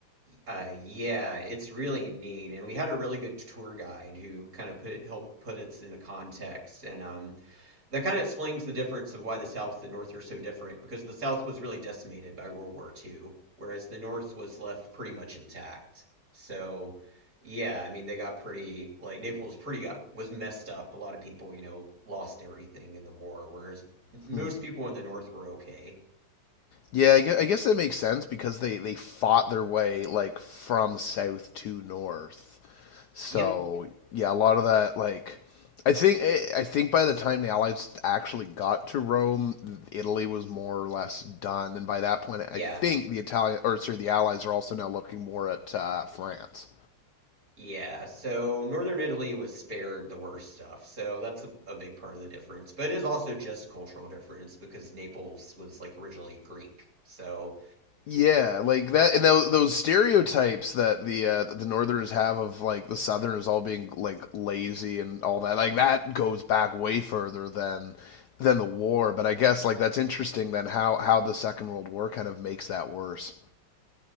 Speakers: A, on the right; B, on the left.
A: uh, yeah, it's really neat. And we had a really good tour guide who kind of put helped put it into context. And um, that kind of explains the difference of why the South and North are so different, because the South was really decimated by World War II, whereas the North was left pretty much intact. So, yeah, I mean, they got pretty, like, Naples pretty got, was messed up. A lot of people, you know, lost everything in the war, whereas m- most
B: Hmm.
A: people in the North were okay.
B: Yeah, I guess, I guess that makes sense because they, they fought their way like from south to north. So
A: Yep,
B: yeah, a lot of that like I think eh, I think by the time the Allies actually got to Rome, Italy was more or less done, and by that point,
A: yeah,
B: I think the Italian or sorry, the Allies are also now looking more at uh, France.
A: yeah. So, Northern Italy was spared the worst stuff. So, that's a, a big part of the difference. But it is also just cultural difference because Naples was, like, originally Greek. So,
B: Yeah, like that, and those, those stereotypes that the uh, the Northerners have of like the Southerners all being like lazy and all that, like that goes back way further than than the war. But I guess like that's interesting then how how the Second World War kind of makes that worse.